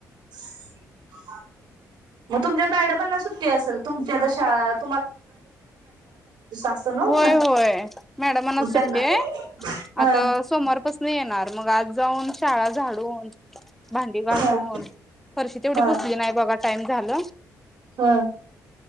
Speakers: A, on the right (about 70°); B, in the centre.
A: <inaudible> म तुमच्या मॅडम ना सू टी असलं? तुमच्या आता शाळात असतं ना
B: होय
A: मग.
B: होय, मॅडमना
A: मग
B: सुट्टी
A: त्यांना
B: हाय.
A: हा
B: आता सोमवारपासनं येणार. मग आज जाऊन शाळा झाडून, भांडी घासून,
A: हा
B: फरशी तेवढी
A: हा
B: पुसली नाही बघा. टाइम झालं
A: हा